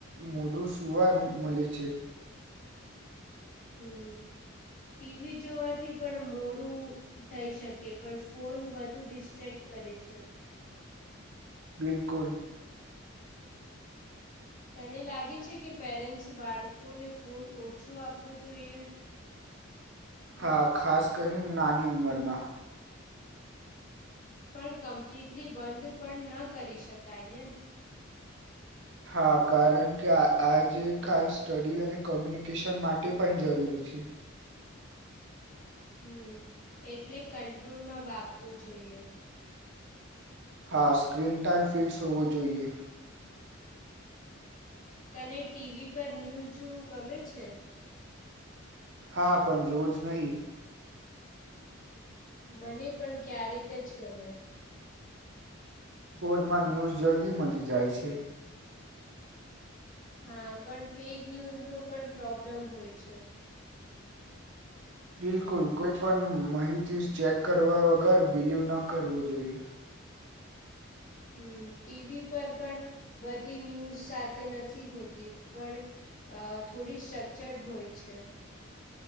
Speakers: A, on the right (about 60°); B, on the left (about 40°).
A: મોઢું સવાય મળે છે.
B: હમ ટીવી જોવાથી પણ મોડું થઈ શકે પણ ફોન વધુ ડિસ્ટ્રેક્ટ કરે છે.
A: બિલકુલ
B: તેને લાગે છે કે પેરેન્ટ્સ બાળકોને ફોન ઓછો આપવો જોઈએ
A: હા ખાસ કરીને નાની ઉંમરમાં
B: પણ કમ્પ્લીટલી બંધ પણ ન કરી શકાય ને
A: હા કારણ કે આ આજે ખાલ સ્ટડી અને કોમ્યુનિકેશન માટે પણ જરૂરી છે.
B: હમ એટલે કંટ્રોલ માં વાપવું જોઈએ.
A: હા સ્ક્રીન ટાઈમ ફિક્સ હોવો જોઈએ.
B: તને ટીવી પર ન્યૂઝ જોવું ગમે છે.
A: હા પણ રોજ નહી.
B: મને પણ ક્યારેક જ ગમે
A: ફોનમાં ન્યૂઝ જલ્દી મળી જાય છે.
B: હા પણ ફેક ન્યુઝ નો પણ પ્રોબ્લેમ હોય છે.
A: બિલકુલ કોઈ પણ માહિતી ચેક કરવા વગર બિલીવ ના કરવો જોઈએ
B: હમ ટીવી પર પણ બધી ન્યૂઝ સાથે નથી હોતી પણ અ થોડી સ્ટ્રક્ચર્ડ હોય છે.